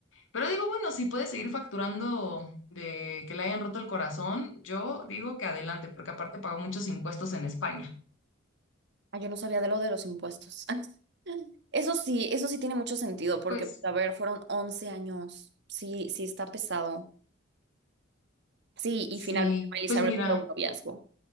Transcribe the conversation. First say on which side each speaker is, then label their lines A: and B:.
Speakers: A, on the left; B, on the right.
A: pero digo, bueno, si puede seguir facturando de que le hayan roto el corazón, yo digo que adelante, porque aparte pagó muchos impuestos en España.
B: Ah, yo no sabía de lo de los impuestos. <laughs> Eso sí, eso sí tiene mucho sentido, porque,
A: Pues
B: a ver, fueron 11 años. Sí, sí está pesado. Sí, y
A: sí,
B: finalmente Miley
A: pues
B: Cyrus
A: mira,
B: fue un noviazgo.